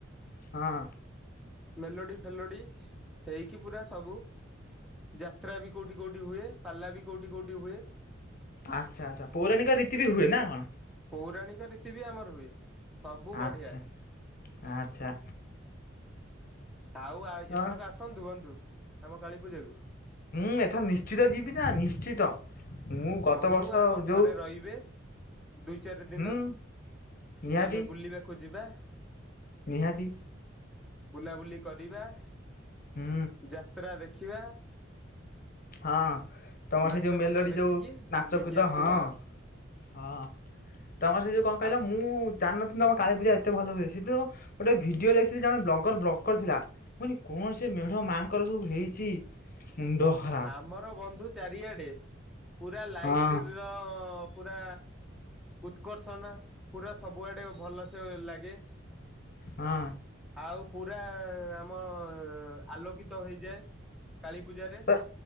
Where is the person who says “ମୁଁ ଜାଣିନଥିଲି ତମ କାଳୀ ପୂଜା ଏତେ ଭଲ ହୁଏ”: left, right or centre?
Left